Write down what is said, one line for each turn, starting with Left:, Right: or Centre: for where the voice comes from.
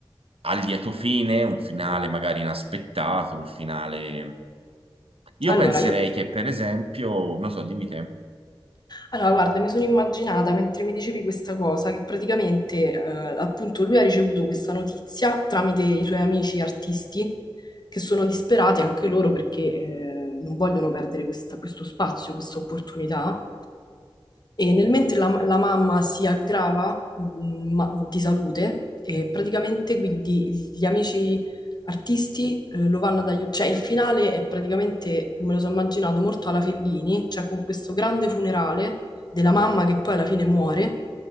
Right: a lieto fine, un finale magari inaspettato, un finale... Io
Left: Allora,
Right: penserei
Left: io
Right: che, per esempio, non so, dimmi te.
Left: Allora, guarda, mi sono immaginata mentre mi dicevi questa cosa che praticamente, eh, appunto, lui ha ricevuto questa notizia tramite i suoi amici artisti che sono disperati anche loro perché, eh, non vogliono perdere questa- questo spazio, questa opportunità. E nel mentre la, la mamma si aggrava, mh, ma- di salute, e praticamente quindi gli amici artisti eh, lo vanno ad aiutare. Cioè, il finale è praticamente, me lo sono immaginato, molto alla Fellini, cioè con questo grande funerale della mamma che poi alla fine muore,